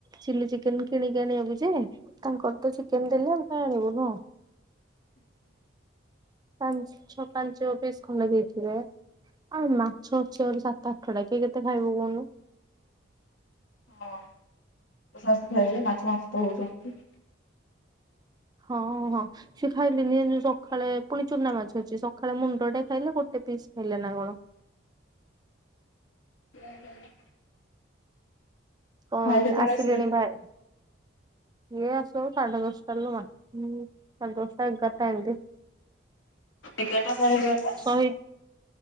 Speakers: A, on the right; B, on the left.
A: ଚିଲି ଚିକେନ କିଣିକି ଆଣିବାକୁ ଯେ ତାଙ୍କର ତ ଚିକେନ ଦେଲେ ଆମେ କାଇ ଆଣିବୁ ପାଞ୍ଚ ଛଅ ପାଞ୍ଚ ପିଶ୍ ଖଣ୍ଡେ ଦେଇଥିବେ। ଆଉ ମାଛ ଅଛି ଆହୁରି ସାତ ଆଠ ଟା କିଏ କେତେ ଖାଇବ କହୁନୁ।
B: ହଁ ତୋ ଶାଶୁ ଖଇବେ ଯେ ମାଛ ମାଛ ତ ହଉଛନ୍ତି।
A: ହଁ ହଁ। ସିଏ ଖାଇଲେନି ଜାଣିଚୁ ସକାଳେ ପୁଣି ଚୁନା ମାଛ ଅଛି। ସକାଳେ ମୁଣ୍ଡ ଟେ ଖାଇଲେ ଗୋଟେ ପିସ୍ ଖାଇଲେ ନା କଣ।
B: ହ
A: କଣ
B: କେତେବେଳେ
A: ଆସିଲେଣି
B: ଆସିବେ?
A: ଭାରେ ଇଏ ଆସୁ ସାଢେ ଦଶଟା ଲୋ ମା ସାଢେ ଦଶଟା ଏଗାରଟା ଏମତି।
B: ଏଗାରଟା ସାଢ଼େ ଏଗାରଟା?
A: ଏଇ